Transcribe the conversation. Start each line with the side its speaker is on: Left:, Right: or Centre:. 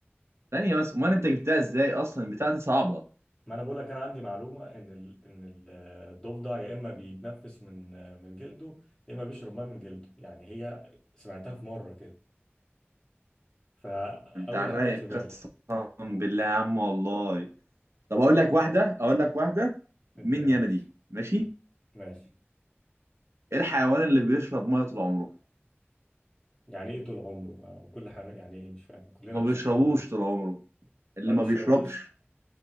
Right: ثانية بس امال انت جبتها ازاي اصلا البتاعة دي صعبة
Left: ما انا بقول لك انا عندي معلومه ان ال... ان ال- الضفدع يا اما بيتنفس من من جلده يا اما بيشرب ميه من جلده يعني هي سمعتها في مره كده فاول
Right: انت على الرايق
Left: حاجه جت في بالي
Right: قسما بالله يا عم والله طب اقول لك واحده اقول لك واحده مني
Left: مدينا ماشي
Right: انا دي ماشي
Left: ماشي
Right: ايه الحيوان اللي بيشرب ميه طول عمره
Left: يعني ايه طول عمره ما- كل حاجه يعني ايه مش فاهم كلنا
Right: ما
Left: بنشرب
Right: بيشربوش
Left: حاجه ميه
Right: طول عمره اللي
Left: ما
Right: ما
Left: بيشربوش
Right: بيشربش